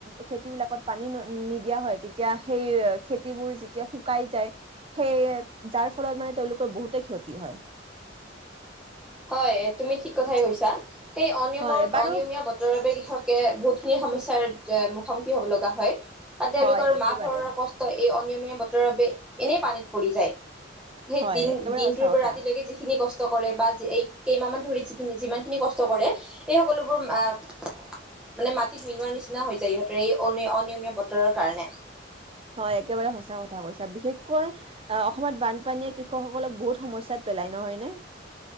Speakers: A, on the right (about 30°); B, in the centre.
A: খেতি খেতি বিলাকত পানী নিদিয়া হয় তেতিয়া সেই খেতিবোৰ যেতিয়া শুকাই যায় সেই যাৰ ফলত মানে তেওঁলোকৰ বহুতে ক্ষতি হয়
B: হয় তুমি ঠিক কথাই কৈছা এই অনিয়মৰ
A: হয় বাৰু
B: অনিয়মীয়া বতৰ বাবে কৃষক বহুতখিনি সমস্যাৰ মুখামুখি হ'ব লগা হয় আৰু তেওঁলোকৰ
A: হয় একেবাৰে
B: মাহ ফৰৰ কষ্ট এই নিয়মীয়া বতৰৰ বাবে এনেই পানীত পৰি যায় সেই
A: হয়
B: দিন
A: একেবাৰে
B: দিনটোৰ
A: সঁচা কথা
B: পৰা ৰাতিলৈকে যিখিনি কষ্ট কৰে বা এই কেইমাহ মান ধৰি যিখিনি যিমান খিনি কষ্ট কৰে এই সকলোবোৰ আহ মানে মাটিত মিলোৱা নিচিনা হৈ যায় সিহঁতৰ এই অনিয়মীয়া বতৰৰ কাৰণে
A: হয় একেবাৰে সচা কথা কৈছা বিশেষকৈ অসমত বানপানীয়ে কৃষকসকলক বহুত সমস্যাত পেলায় নহয়নে